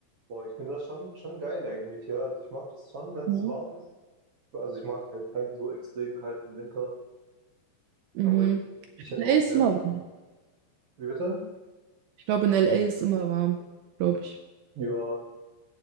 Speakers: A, on the right; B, on the right.
A: Boah, ich finde das schon, schon geil eigentlich, ja. Also ich mag das schon, wenn es
B: Ja.
A: warm ist. Also ich mag halt keinen so extrem kalten Winter,
B: Mhm.
A: aber ich, ich hätte
B: L
A: auch
B: A ist
A: gern.
B: immer warm.
A: Wie bitte?
B: Ich glaube, in L A ist immer warm, glaube ich.
A: Ja,